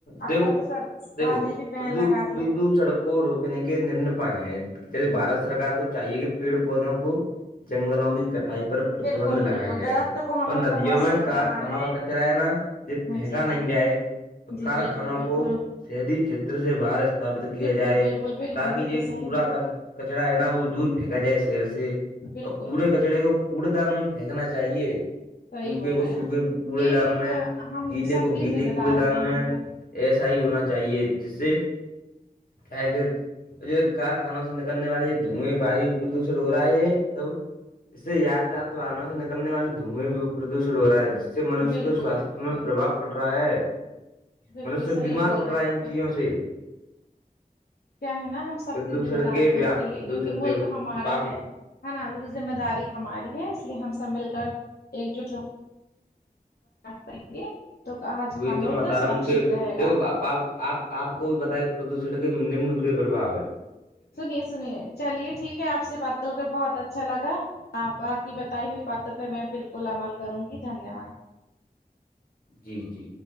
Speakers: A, on the left; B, on the left.
A: آج
B: دیکھو
A: کل تو سرکار
B: دیکھوو
A: نے بھی بین لگا دیا ہے
B: سڑک کو روکنے کے نمن پائے ہیں بارت سرار کو چاہیے کہ پیڑ پودوں کو جنگلوں کی ک پر پرتبند
A: بالکل
B: لگیا
A: بالکل
B: جائے
A: درخت کو ہمیں
B: اور ندیوں
A: بہت سے
B: میں کارخانوں
A: لگانا
B: کا کچرا ہے نا ج
A: ہاں
B: پھینکا
A: جی
B: نہیں
A: جی
B: جائے تو
A: جی
B: کارخانوں
A: بالکل بالکل
B: کو شہری چھیتر سے باہر ت بت کیا
A: بالکل
B: جائے
A: بالکل بالکل
B: تاکہ
A: بالکل
B: یہ
A: صحیح
B: کوڑا
A: بولا آپ
B: کچرا ہے نا وہ دور پھینکا جائے شیر سے
A: نے بالکل
B: اور کوڑے کچڑے کو کوڑے دان میں پھینکنا چاہیے
A: صحیح
B: سوکھے
A: بول
B: کو
A: رہے ہیں
B: سوکھے
A: آپ
B: کوڑے
A: یہ
B: دان
A: ایک
B: میں
A: ہم
B: گیلے
A: سب
B: کو
A: کی
B: گیلے
A: ذمہ
B: کوڑے
A: داری
B: دان
A: بنتی
B: میں
A: ہے
B: ایسا ہی ہونا چاہیے جس سے کیا کہ یہ کارخانوں سے نکلنے والی یہ دھوئیں وایو پردوشن ہو رہا ہے سب اس سے یاتایات ونوں سے نکلنے والے دھوئیں بھی پردوشن ہو رہا ہے اس سے منوش
A: بالکل
B: کے سواستھ
A: بالکل
B: میں پرباؤ پڑ رہا ہے
A: بالکل
B: منیہ
A: صحیح
B: بیمار
A: بول
B: پڑ
A: رہے
B: رہا
A: ہیں
B: ہے
A: آپ
B: ان
A: بالکل
B: چیزوں سے
A: کیا ہے نا ہم سب
B: پردوشن
A: کی ذمہ داری
B: کے
A: بنتی
B: پردوشن
A: ہے کیونکہ ملک
B: دیکھو
A: ہمارا
B: آپ
A: ہے ہ نا ذمہ داری ہماری ہے اس لیے ہم سب مل کر ایک جٹ ہو کریں گے تو آج
B: وہی
A: ہمارا
B: تو
A: ملک
B: میں بتا رہا
A: سرکشت
B: ہوں کہ
A: رہے گا
B: دیکھو آپ آپ کو بھی پت ہے پردوشن کے نمن ب پرباہ ہے
A: سنیے سنیے چلیے ٹھیک ہے آپ سے بات کرل کر بہت اچھا لگا ہاں باقی بتائی ہوئی باتوں پہ میں بالکل عمل کروں گی دھنیہ واد
B: جی جی